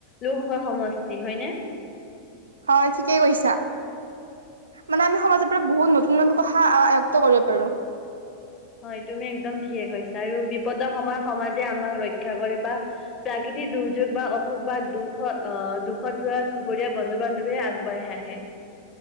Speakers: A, on the left (about 30°); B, on the right (about 75°).
A: লোকসভা সমষ্টি, হয়নে?
B: হয় ঠিকেই কৈছা মানে আমি সমাজৰ পৰা বহুত নতুন নতুন কথা আয়ত্ত কৰিব পাৰো।
A: হয় তুমি একদম ঠিকে কৈছা আৰু বিপদৰ সময়ত সমাজে আমাক ৰক্ষা কৰে বা প্ৰাকৃতিক দুৰ্যোগ বা অসুখ বা দুখ দুখত যোৱা চুবুৰীয়া বন্ধু বান্ধৱীয়ে আগবাঢ়ি আহে।